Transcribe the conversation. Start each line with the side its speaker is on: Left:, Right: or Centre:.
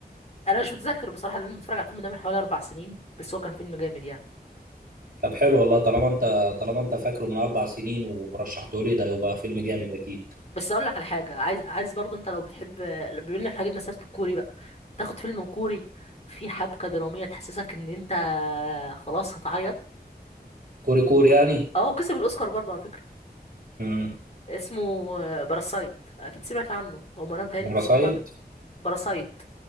Left: انا مش متذكر بصراحه لان أنا متفرج على الفيلم ده من حوالي اربع سنين بس هو كان فيلم جامد يعني
Right: طب حلو والله طالما انت طالما انت فاكره من اربع سنين ورشحته لي ده يبقى فيلم جامد اكيد
Left: بس اقول لك على حاجه عايز عايز برضو انت لو بتحب بما ان احنا جبنا سيره الكوري بقى تاخد فيلم كوري في حبكه دراميه تحسسك ان انت خلاص هتعيط
Right: كوري كوري يعني
Left: اه كسب الاوسكار برضو على فكره
Right: امم
Left: اسمه آه، باراسايت اكيد سمعت عنه او ما انا متهيألي
Right: باراسايد
Left: انت سمعت عنه باراسايت